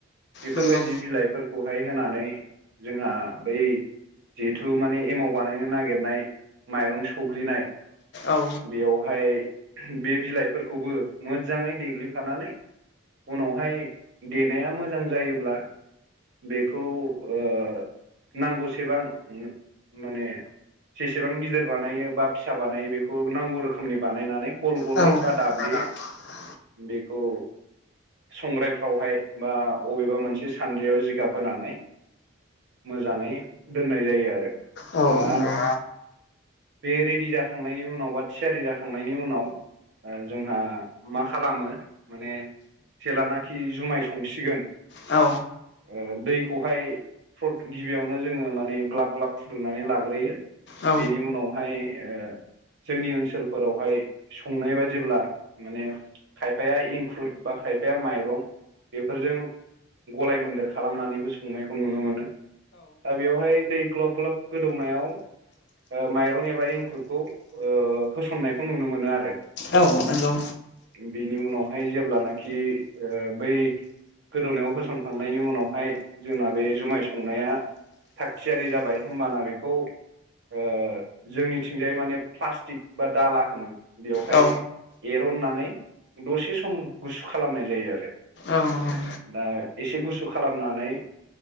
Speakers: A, on the right; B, on the left.
A: बेफोरबायदि
B: नंगौ
A: बिलाइफोरखौहाय होनानै, जोंहा बै जिहेथु माने एमाव बानायनो नागिरनाय माइरं सौग्लिनाय,
B: औ
A: बेयावहाय बे बिलाइफोरखौबो मोजाङै देग्लिफानानै, उनावहाय देनाया मोजां जायोब्ला बेखौ, ओ नांगौसेबां माने, जेसेबां गिदिर बानायो बा फिसा बानायो बेखौ नांगौ रोखोमनि बानायनानै गल गलै
B: औ
A: बा दाब्ले,
B: <unintelligible>
A: बेखौ संग्रायफ्रावहाय बा अबेबा मोनसे सान्द्रियाव जिगाब होनानै, मोजाङै दोननाय जायो आरो
B: नंगौ औ
A: दा,
B: नंगौ
A: बे रेडि जाखांनायनि उनाव बा थियारि जाखांनायनि उनाव, ओ जोंहा मा खालामो माने जेलानाखि जुमाय संसिगोन
B: औ
A: ओ दैखौहाय <unintelligible> गिबियावनो जोङो माने ग्लाब ग्लाब फुदुंनानै लाग्रोयो
B: औ
A: बेनि उनावहाय ओ जोंनि ओनसोलफोरावहाय संनाय बादिब्ला माने खायफाया एंखुर बा खायफाया माइरं बेफोरजों गलाय मोनदेर खालामनानैबो संनाय खौ नुनो मोनो दा बेवहाय दै ग्लब ग्लब गोदौनायाव ओ माइरं एबा एंखुरखौ ओ होसननायखौ नुनो मोनो आरो
B: औ नंगौ
A: बेनि उनावहाय जेब्लानाखि ओ बै गोदौनायाव होसनखांनायनि उनावहाय जोंना बे जुमाय संनाया थागथियारि जाबाय होमबाना बेखौ ओ जोंनिथिंजायै माने प्लास्टिक बा दाला होनो बेवहाय
B: औ
A: एरननानै दसे सम गुसु खालामनाय जायो आरो
B: औ
A: दा एसे गुसु खालामनानै